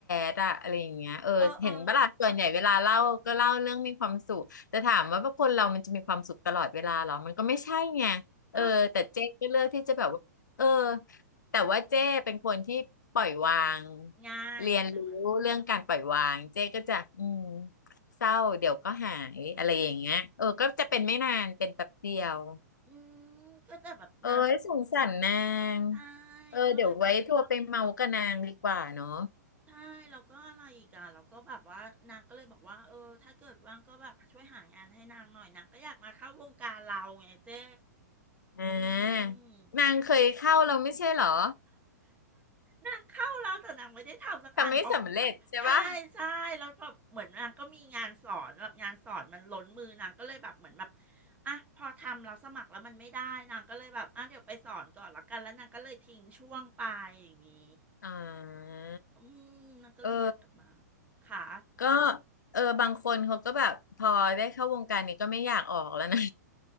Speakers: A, on the left (about 85°); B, on the right (about 15°).
A: ดๆอะอะไรอย่างเงี้ยเออเห็นปะล่ะส่วนใหญ่เวลาเล่าก็เล่าเรื่องมีความสุขแต่ถามว่าพวกคนเรามันจะมีความสุขตลอดเวลาเหรอมันก็ไม่ใช่ไง
B: เออเออเอ้า
A: เออแต่เจ๊ก็เลือกที่จะแบบว่าเออแต่ว่าเจ๊เป็นคนที่ปล่อยวาง
B: <laughs> ง่ายใช่ไหม
A: เรียนรู้เรื่องการปล่อยวางเจ๊ก็จะอืม เศร้าเดี๋ยวก็หายอะไรอย่างเงี้ยเออก็จะเป็นไม่นานเป็นแป๊บเดียว
B: อืมก็แต่แบบนะ
A: เออสงสารนาง
B: ใช่
A: เออเดี๋ยวไว้โทรไปเมากับนางดีกว่าเนาะ
B: ก็เลยแบบ ใช่แล้วก็อะไรอีกอ่ะแล้วก็แบบว่านางก็เลยบอกว่าเออถ้าเกิดว่างก็แบบช่วยหางานให้นางหน่อยนางก็อยากมาเข้าวงการเราไงเจ๊
A: อ่านางเคยเข้าเราไม่ใช่เหรอ
B: อืมนางเข้าแล้วแต่นางไม่ได้ทำสักอันเพราะแบบ
A: ทำไม่สำเร็จใช่ปะ
B: ใช่ใช่แล้วแบบเหมือนนางก็มีงานสอนแบบงานสอนมันล้นมือนางก็เลยแบบเหมือนแบบอ่ะพอทำเราสมัครแล้วมันไม่ได้นางก็เลยแบบอ่ะเดี๋ยวไปสอนก่อนแล้วกันแล้วนางก็เลยทิ้งช่วงไปอย่างนี้
A: อ่า
B: อืมนางก็เลยอยากกลับมา
A: เออ
B: ค่ะ
A: ก็เออบางคนเขาก็แบบพอได้เข้าวงการนี้ก็ไม่อยากออกแล้วนะ